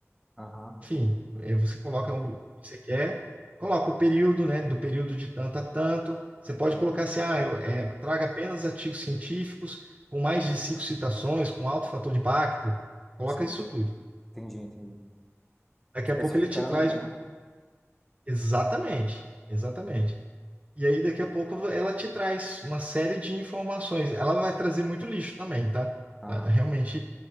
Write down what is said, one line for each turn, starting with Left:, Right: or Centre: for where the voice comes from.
Centre: aham.
Right: enfim, eh, você coloca o que você quer, coloca o período, né, do período de tanto a tanto. Você pode
Centre: Sim,
Right: colocar assim, ah, eu, eh, traga apenas artigos científicos com mais de cinco citações, com alto fator de impacto. Coloca
Centre: sim.
Right: isso tudo.
Centre: Entendi, entendi.
Right: Daqui
Centre: Especificando
Right: a pouco ele te traz
Centre: bem.
Right: uma... Exatamente, exatamente. E aí daqui a pouco ela te traz uma série de informações. Ela vai trazer muito lixo também, tá?
Centre: Aham,
Right: Realmente,